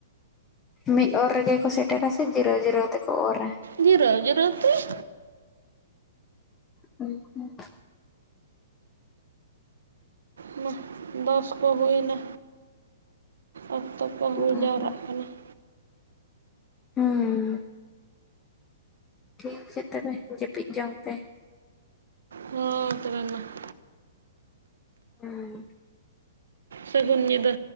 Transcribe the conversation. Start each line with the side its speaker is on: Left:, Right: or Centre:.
Left: ᱢᱤᱫ ᱚᱨ ᱨᱮᱜᱮ ᱠᱚ ᱥᱮᱴᱮᱨᱟ ᱥᱮ ᱡᱤᱨᱟᱹᱣ ᱡᱤᱨᱟᱹᱣ ᱛᱮᱠᱚ ᱚᱨᱟ?
Right: ᱡᱤᱨᱟᱹᱣ ᱡᱤᱨᱟᱹᱣ ᱛᱮ ᱾
Left: <unintelligible>
Right: ᱚᱱᱟ ᱫᱚᱥ ᱠᱚ ᱦᱩᱭᱱᱟ, ᱚᱠᱛᱚ ᱠᱚ
Left: ᱦᱩᱸ
Right: ᱦᱩᱭ ᱡᱟᱣᱨᱟᱜ
Left: ᱦᱩᱸ
Right: ᱠᱟᱱᱟ ᱾
Left: ᱦᱩᱸᱻ ᱴᱷᱤᱠ ᱜᱮᱭᱟ ᱛᱚᱵᱮ ᱡᱟᱹᱯᱤᱫ ᱡᱚᱝ ᱯᱮ?
Right: ᱦᱮ ᱛᱚᱵᱮ ᱢᱮ ᱾
Left: ᱦᱩᱸ
Right: ᱥᱟᱹᱜᱩᱱ ᱧᱤᱫᱟᱹ,